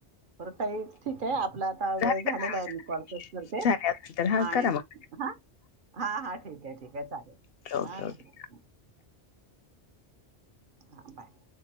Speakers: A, on the right; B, on the left.
A: बर ताई ठीक आहे आपला आता
B: झाले
A: वेळ झालेला
B: का दहा
A: आहे मी कॉल कट करते.
B: मिनिट झाले असतील तर हा
A: आणि
B: करा मग
A: हा हा हा ठीक आहे ठीक आहे चालेल
B: ओके
A: हा
B: ओके बाय
A: ठीक आहे. हा बाय